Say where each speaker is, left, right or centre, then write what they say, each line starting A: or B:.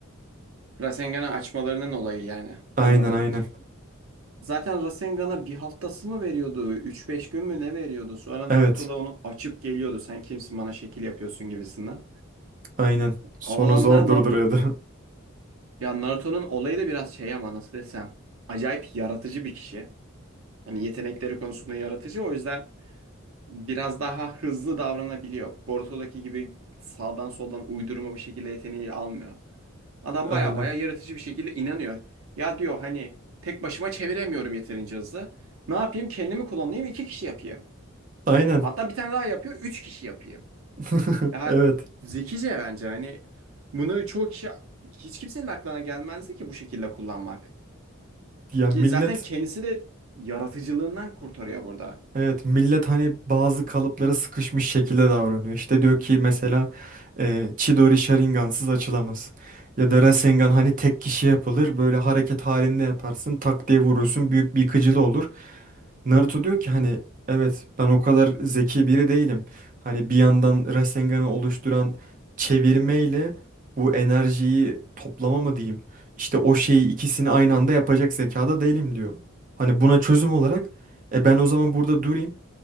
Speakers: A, on the right; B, on the right.
A: Rasengan'ı açmalarının olayı yani.
B: Aynen
A: Anladım.
B: aynen.
A: Zaten Rasengan'a bir haftası mı veriyordu? üç beş gün mü ne veriyordu? Sonra
B: Evet.
A: Naruto da onu açıp geliyordu. Sen kimsin bana şekil yapıyorsun gibisinden.
B: Aynen. Sonu
A: Avlanda
B: zor
A: Naruto...
B: durduruyordu.
A: Ya Naruto'nun olayı da biraz şey ama nasıl desem. Acayip yaratıcı bir kişi. Hani yetenekleri konusunda yaratıcı. O yüzden biraz daha hızlı davranabiliyor. Boruto'daki gibi sağdan soldan uydurma bir şekilde yeteneği almıyor. Adam
B: <laughs> Aynen.
A: baya baya yaratıcı bir şekilde inanıyor. Ya diyor hani tek başıma çeviremiyorum yeterince hızlı. Ne yapayım? Kendimi kullanayım, iki kişi yapayım.
B: Aynen.
A: Hatta bir tane daha yapıyor. Üç kişi yapıyor.
B: <laughs>
A: Ya
B: Evet.
A: zekice bence. Hani bunu çoğu kişi hiç kimsenin aklına gelmezdi ki bu şekilde kullanmak.
B: Ya
A: Ki
B: millet
A: zaten kendisi de yaratıcılığından kurtarıyor burada.
B: Evet millet hani bazı kalıplara sıkışmış şekilde davranıyor. İşte diyor ki mesela e, Chidori Sharingan'sız açılamaz. Ya da Rasengan hani tek kişi yapılır. Böyle hareket halinde yaparsın tak diye vurursun büyük bir yıkıcılığı olur. Naruto diyor ki hani evet ben o kadar zeki biri değilim. Hani bir yandan Rasengan'ı oluşturan çevirmeyle bu enerjiyi toplama mı diyeyim? İşte o şeyi ikisini aynı anda yapacak zekada değilim diyor. Hani buna çözüm olarak e ben o zaman burada durayım.